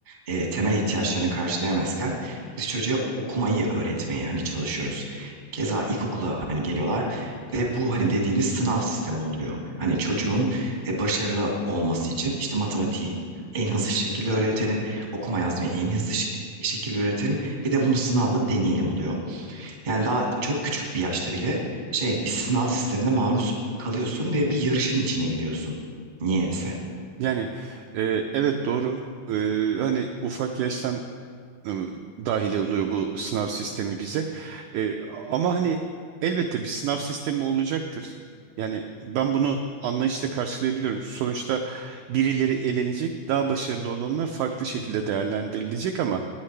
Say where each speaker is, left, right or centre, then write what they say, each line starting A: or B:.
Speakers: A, on the right; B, on the right.
A: e, temel ihtiyaçlarını karşılayamazken biz çocuğa okumayı öğretmeye hani çalışıyoruz. Keza ilkokula hani geliyorlar ve bu hani dediğimiz sınav sistemi oluyor. Hani çocuğun e, başarılı olması için işte matematiği en hızlı şekilde öğretelim, okuma yazmayı en hızlı ş- şekilde öğretelim. Bir de bunu sınavla deneyelim oluyor. Yani daha çok küçük bir yaşta bile şey bir sınav sistemine maruz kalıyorsun ve bir yarışın içine giriyorsun. Niyeyse.
B: Yani e, evet doğru. E, hani ufak yaştan e, dahil oluyor bu sınav sistemi bize. E, ama hani elbette bir sınav sistemi olacaktır. Yani ben bunu anlayışla karşılayabiliyorum. Sonuçta birileri elenecek, daha başarılı olanlar farklı şekilde değerlendirilecek ama